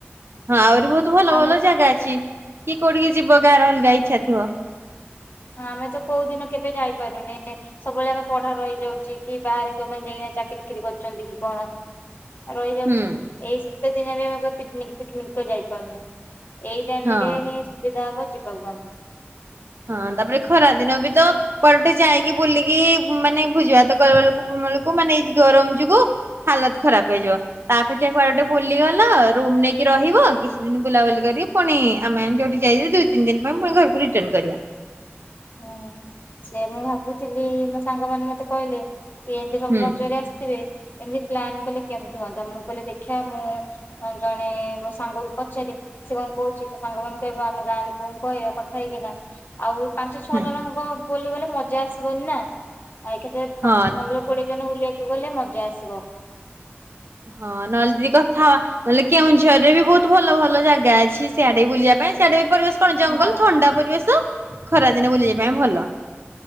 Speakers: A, on the right (about 65°); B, on the left (about 50°).
A: ହଁ ଆହୁରି ବହୁତ ଭଲ
B: ଆମେ
A: ଭଲ ଜାଗା ଅଛି କି କୋଉଠିିକି ଯିବ କାର କା ଇଛା ଥିବ,
B: ହଁ ଆମେ ତ କୋଉ ଦିନ କେବେ ଯାଇପାରୁନି ସବୁବେଳେ ଆମେ ପଢା ରହିଇଯାଉଛି କି ବାହାରେ କେଉମାନେ ଯାଇକି ଚାକିରି କିରି କରୁଛନ୍ତି କି କଣ, ରହିଯାଉଛି
A: ହୁଁ
B: ଏଇ । ସେଦିନ ବି ଆମେ କୁଆଡେ ପିକନିକି ଫିକିନକ କୁ ଆଡେ ଯାଇପାରୁନେ । ଏଇ ଟାଇମ
A: ହଁ।
B: ରେ ହିଁ ସୁବିଧା ହବ ଯିବାକୁ ଆମକୁ ।
A: ହଁ ତାପରେ ଖରା ଦିନ ବି ତ କୁଆେଡେ ଗୋଟେ ଯାଇକି ବୁଲିକି ମାନେ ଭୋଜି ଭାତ କରିବ କରିବା ବେଳକୁ ମାନେ ଏ ଗରମ ଯୋଗୁ ହାଲତ ଖରାପ ହେଇଯିବ ତାପେକ୍ଷା କୁଆଡେ ବୁଲିଗଲ ରୁମ ନେଇକି ରହିବ କିଛି ଦିନ ବୁଲାବୁଲି କରିକି ପୁଣି ଆମେ ଯୋଉଠି ଯାଇ ଦୁଇ ତିନି ଦିନ ପାଇଁ ପୁଣି ଘରକୁ ରିଟନ କରିବା
B: ହୁଁ ସେୟା ମୁଁ ଭାବୁଥିଲି । ସାଙ୍ଗମାନେ ମତେ କହିଲେ । ଏମତି ସବୁ
A: ହୁଁ।
B: ରଜରେ ଆସିଥିବେ । ଏମିତି ପ୍ଲାନ କଲେ କେମିତି ହୁଅନ୍ତା ମୁଁ କହିଲି ଦେଖିବା ମୁଁ ମୋ ଜଣେ ମୋ ସାଙ୍ଗକୁ ପଚାରେ ସେ କଣ କହୁଛି ତ ସାଙ୍ଗ ମାନଙ୍କୁ କହିବା ଆମ ଗାଁ ଲୋକଙ୍କୁ କହିବା କଥା ହେଇକିନା ଆଉ । ପାଞ୍ଚ ଛଅ
A: ହଁ
B: ଜଣଙ୍କ ବକି ଗଲେ ମଜା ଆସିବନି ନା । ଆଉ ଏକାଥରେ
A: ହଁ
B: ପ ପନ୍ଦର କୋଡିଏ । ଜଣ ବୁଲିବାକୁ ଗଲେ ମଜା ଆସିବ
A: ହଁ ନହେଲେ ଦିଦି କଥା ନହେଲେ କେଉଁଝରରେ ବି ବହୁତ ଭଲ ଭଲ ଜାଗା ଅଛି ସିଆଡେ ବୁଲିବା ପାଇଁ ସିଆଡେ ବି ପରୀବେସ। କଣ ଜଙ୍ଗଲ
B: ହଁ
A: ଥଣ୍ଡା ପରିବେଶ ଖରା ଦିନେ ବୁଲିଯିବା ପାଇଁ ଭଲ ।